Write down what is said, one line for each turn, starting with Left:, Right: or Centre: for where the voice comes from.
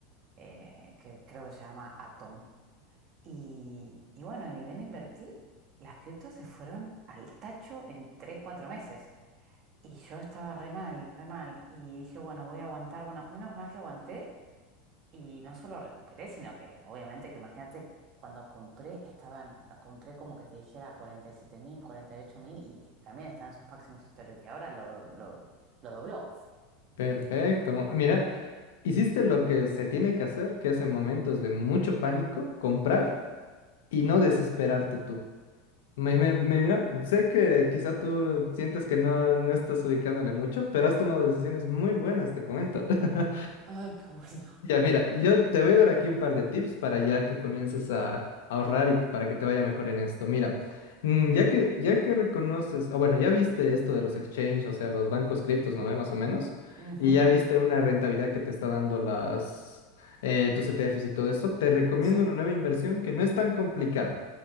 Right: eh, que creo que se llama Atom. Y, y bueno, ni bien invertí, las criptos se fueron al tacho en 3 4 meses. Y yo estaba re mal, re mal. Y dije, bueno, voy a aguantar. Bueno, menos mal que aguanté. Y no solo recuperé, sino que obviamente que imagínate, cuando compré, estaban, compré como que te dijera cuarenta y siete mil, cuarenta y ocho mil y también están en sus máximos históricos. Y ahora lo, lo, lo dobló.
Left: Perfecto. Mira, hiciste lo que se tiene que hacer, que es en momentos de mucho pánico, comprar y no desesperarte tú. Me,
Right: Mm.
Left: me- me- mira, sé que quizá tú sientes que no, no estás ubicándole mucho, pero has tomado decisiones muy buenas, te comento. <laughs>
Right: Ay, qué bueno.
Left: Ya, mira, yo te voy a dar aquí un par de tips para ya que comiences a, a ahorrar y para que te vaya mejor en esto. Mira, mm, ya que, ya que reconoces, ah, bueno, ya viste esto de los exchanges, o sea, los bancos criptos, ¿no ve? Más o menos,
Right: Ujú.
Left: y ya viste una rentabilidad que te está dando las, eh, tus ETFs y todo eso, te recomiendo
Right: Sí.
Left: una nueva inversión que no es tan complicada.